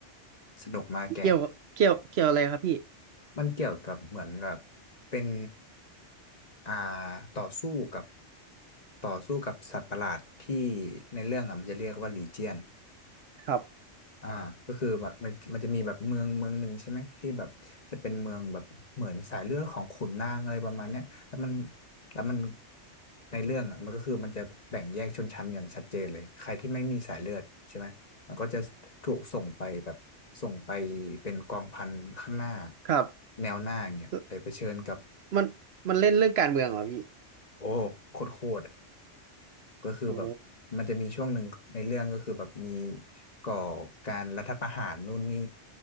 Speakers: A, on the left; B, on the right.
A: สนุกมากแก
B: เกี่ยวเกี่ยวเกี่ยวอะไรครับพี่
A: มันเกี่ยวกับเหมือนแบบเป็นอ่าต่อสู้กับต่อสู้กับสัตว์ประหลาดที่ในเรื่องอ่ะมันจะเรียกว่าลีเจียน
B: ครับ
A: อ่าก็คือแบบมันมันจะมีแบบเมืองเมืองหนึ่งใช่ไหมที่แบบจะเป็นเมืองแบบเหมือนสายเลือดของขุนนางอะไรประมาณเนี้ยแล้วมันแล้วมันในเรื่องอ่ะมันก็คือมันจะแบ่งแยกชนชั้นอย่างชัดเจนเลยใครที่ไม่มีสายเลือดใช่ไหมมันก็จะถูกส่งไปแบบส่งไปเป็นกองพันข้างหน้า
B: ครับ
A: แนวหน้าอย่างเงี้ยไปเผชิญกับ
B: แล้วมันมันเล่นเรื่องการเมืองเหรอพี่
A: โอ้โคตรโคตร ก็คือแบบมันจะมีช่วงหนึ่งในเรื่องก็คือแบบมี
B: โอ้
A: ก่อการรัฐประหารนู่นนี่